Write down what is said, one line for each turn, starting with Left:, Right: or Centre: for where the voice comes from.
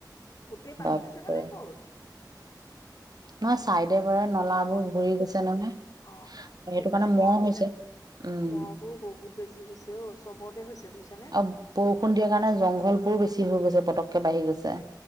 Left: গোটেই পানী
Right: বাপৰে
Left: হৈছে মানে ক'ত?
Right: নহয়, চাইডে বৰাই নলাবোৰ
Left: অ
Right: ঘূৰি গৈছে নহয়
Left: অ', অ'
Right: সেইটো
Left: সেইকাৰণে
Right: কাৰণে
Left: মহ
Right: হৈছে।
Left: বিলাক,
Right: উম
Left: মহ বোৰ বহুত বেছি কি হৈছে অ' চবতে হৈছে বুজিছানে
Right: আৰু বৰষুণ দিয়াৰ কাৰণে জংঘলবোৰো বেছি হৈ গৈছে পতককে বাঢ়ি গৈছে